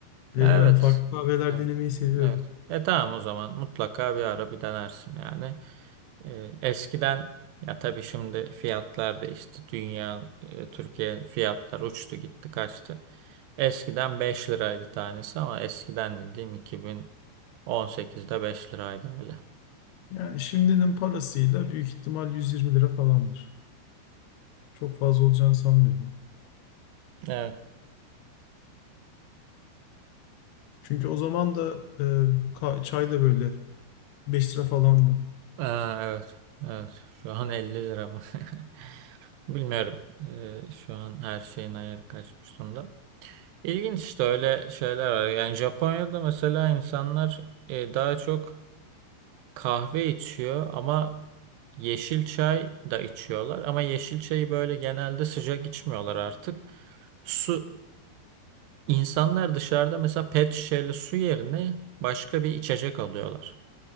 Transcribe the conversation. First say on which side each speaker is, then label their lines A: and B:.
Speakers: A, on the left; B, on the right.
A: Ve
B: Ya
A: yani
B: Evet.
A: farklı kahveler
B: Evet.
A: denemeyi seviyorum.
B: Evet. E tamam o zaman mutlaka bir ara bir denersin yani. E, eskiden ya tabii şimdi fiyatlar değişti. Dünya, e, Türkiye fiyatlar uçtu gitti kaçtı. Eskiden 5 liraydı tanesi ama eskiden dediğim 2018'de 5 liraydı hala.
A: Yani şimdinin parasıyla büyük ihtimal 120 lira falandır. Çok fazla olacağını sanmıyorum.
B: Evet.
A: Çünkü o zaman da e, ka- çay da böyle 5 lira falandı.
B: Aa, evet. Evet. Şu an 50 lira mı? <laughs> Bilmiyorum. E, şu an her şeyin ayarı kaçmış durumda. İlginç işte öyle şeyler var. Yani Japonya'da mesela insanlar e, daha çok kahve içiyor ama yeşil çay da içiyorlar. Ama yeşil çayı böyle genelde sıcak içmiyorlar artık. Su, insanlar dışarıda mesela pet şişeli su yerine başka bir içecek alıyorlar.